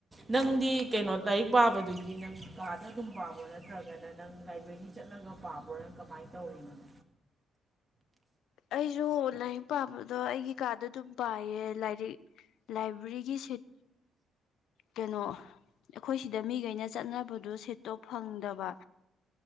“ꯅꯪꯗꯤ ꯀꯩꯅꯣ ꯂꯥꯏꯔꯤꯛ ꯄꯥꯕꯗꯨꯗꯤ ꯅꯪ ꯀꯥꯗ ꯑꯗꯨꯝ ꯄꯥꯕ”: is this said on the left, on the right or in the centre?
Right